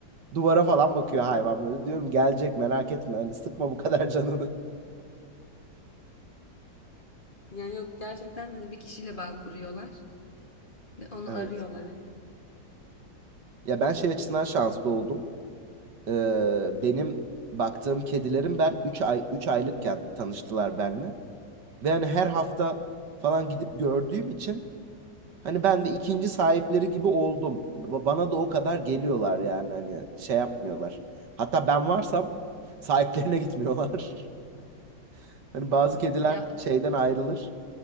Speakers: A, on the right; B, on the left.
A: duvara falan bakıyor hayvan böyle. Diyorum gelecek merak etme hani sıkma bu kadar canını.
B: Yani yok gerçekten hani bir kişiyle bağ kuruyorlar
A: <laughs>
B: ve onu
A: Evet.
B: arıyorlar hep.
A: Ya ben şey açısından şanslı oldum. Ee, benim baktığım kedilerim ben üç ay 3 aylıkken tanıştılar benimle. Ve hani her hafta falan gidip gördüğüm için hani ben de ikinci sahipleri gibi oldum. Ba- Bana da o kadar geliyorlar yani hani şey yapmıyorlar. Hatta ben varsam sahiplerine gitmiyorlar. <laughs> Hani bazı kediler
B: Ya
A: şeyden ayrılır,